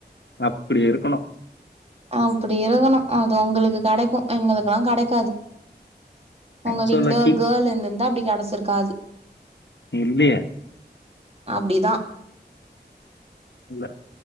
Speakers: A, on the left; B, on the right.
A: அப்பிடி இருக்குணு
B: அப்பிடி இருக்கணு அது உங்குளுக்கு கெடைக்கு எங்களுக்கெல்லா கெடைக்காது
A: ஐயம்
B: உங்க வீட்லே
A: சோ லக்கி
B: ஒரு கேள் இருந்துருந்தா அப்பிடி கெடச்சுருக்காது
A: இல்லியே
B: அப்டிதா
A: இல்ல